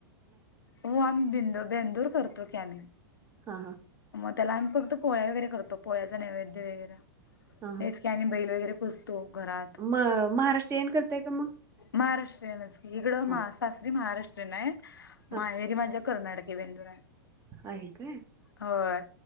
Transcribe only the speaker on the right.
हा हा.
हा
मग महाराष्ट्र येन करताय का मग.
हा
हा
आहे काय.